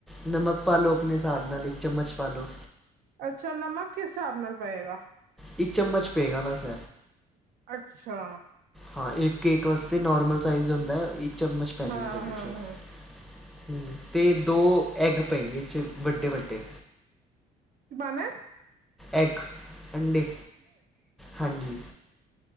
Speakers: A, in the centre; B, on the right (about 65°).
A: ਨਮਕ। ਪਾ ਲੋ ਆਪਣੇ ਹਿਸਾਬ ਨਾਲ। ਚਮਚ ਪਾ ਲਓ
B: ਅੱਛਾ ਨਮਕ ਕਿਸ ਹਿਸਾਬ ਨਾਲ ਪਏਗਾ।
A: ਇੱਕ ਚਮਚ ਪਏਗਾ ਬਸ।
B: ਅੱਛਾ।
A: ਹਾਂ ਇੱਕ ਕੇਕ ਵਾਸਤੇ ਨੋਰਮਲ ਸਾਈਜ਼ ਹੁੰਦਾ। ਚਮਚ ਪੈ
B: ਹਾਂ
A: ਦਿੰਦਾ ਉਹ
B: ਹਾਂ ਹਾਂ
A: ਤੇ ਦੋ ਐਗ ਪਏ ਚ ਵੱਡੇ ਵੱਡੇ
B: ਬਨਾ
A: ਐਗ ਅੰਡੇ ਹਾਂਜੀ